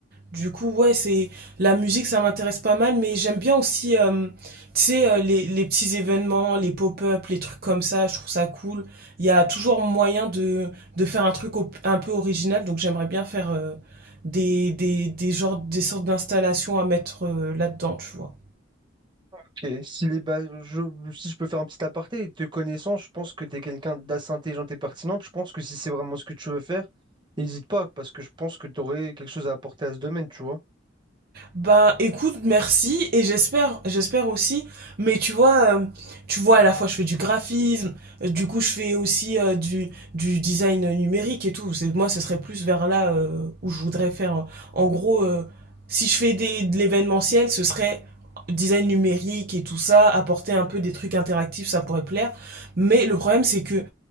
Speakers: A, on the right (about 50°); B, on the right (about 25°).
A: Du coup ouais c'est la musique ça m'intéresse pas mal mais j'aime bien aussi euh, tu sais euh, les, les petits événements, les pop-up, les trucs comme ça, je trouve ça cool. Il y a toujours moyen de, de faire un truc op- un peu original donc j'aimerais bien faire euh, des, des, des genres des sortes d'installations à mettre euh, là-dedans, tu vois.
B: Ok. Si, les ba- je, si je peux faire un petit aparté, te connaissant, je pense que t'es quelqu'un d'assez intelligent et pertinente. Je pense que si c'est vraiment ce que tu veux faire, n'hésite pas, parce que je pense que t'aurais quelque chose à apporter à ce domaine, tu vois.
A: Ben écoute, merci et j'espère, j'espère aussi. Mais tu vois, euh, tu vois, à la fois je fais du graphisme, euh, du coup je fais aussi euh, du, du design numérique et tout. C'est, moi, ce serait plus vers là euh, où je voudrais faire. euh, En gros, euh, si je fais des, de l'événementiel, ce serait design numérique et tout ça, apporter un peu des trucs interactifs, ça pourrait plaire. Mais le problème, c'est que